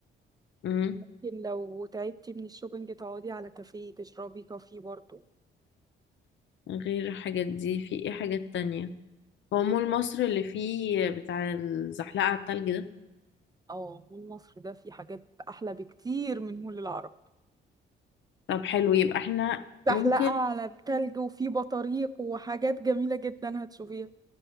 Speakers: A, on the left (about 70°); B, on the right (about 20°).
A: امم
B: ممكن لو تعبتي من الشوبينج تقعدي على كافيه تشربي كافي برضه
A: غير الحاجات دي في ايه حاجات تانية هو مول مصر اللي فيه بتاع الزحلقة على التلج ده
B: اه مول مصر ده فيه حاجات أحلى بكتير من مول العرب
A: طب حلو يبقى احنا
B: زحلقة
A: ممكن
B: على التلج وفيه بطاريق وحاجات جميلة جدا هتشوفيها